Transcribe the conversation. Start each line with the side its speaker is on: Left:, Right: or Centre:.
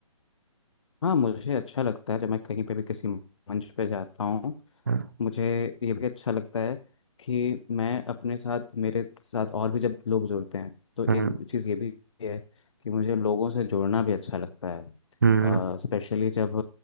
Left: हाँ मुझे अच्छा लगता है जब मैं कहीं पे भी किसी मंच पे जाता हूँ
Right: हम्म
Left: मुझे ये भी अच्छा लगता है कि मैं अपने साथ मेरे साथ और भी जब लोग जुड़ते हैं तो एक
Right: हम्म
Left: चीज़ ये भी है कि मुझे लोगों से जुड़ना भी अच्छा लगता है
Right: हम्म,
Left: स्पेशली जब